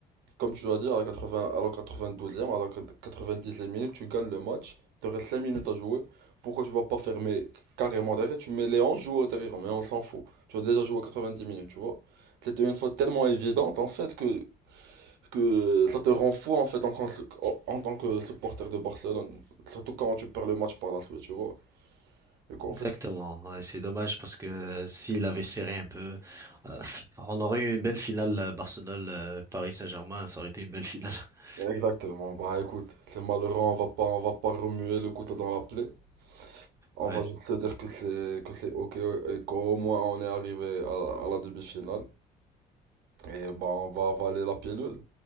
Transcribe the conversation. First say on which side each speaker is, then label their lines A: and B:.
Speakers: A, on the right; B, on the right.
A: Comme tu dois dire à la 80, à la 92e, à la 90e minute, tu gagnes le match. Il te reste 5 minutes à jouer. Pourquoi tu vas pas fermer carrément derrière? Tu mets les 11 joueurs derrière, mais on s'en fout. Tu as déjà joué 90 minutes, tu vois. C'était une faute tellement évidente, en fait, que, que ça te rend fou, en fait, en, cons- en- en tant que supporter de Barcelone. Surtout quand tu perds le match par la suite, tu vois. Du coup,
B: Exactement,
A: en fait,
B: ouais, c'est dommage parce que euh, s'il avait serré un peu, euh, on aurait eu une belle finale euh, Barcelone-Paris Saint-Germain, ça aurait été une belle finale. <laughs>
A: exactement. Bah, écoute, c'est malheureux, on va pas, on va pas remuer le couteau dans la plaie. On
B: Ouais,
A: va juste se dire que c'est que c'est ok et qu'au moins on est arrivé à, la à la demi-finale. Et ben on va avaler la pilule.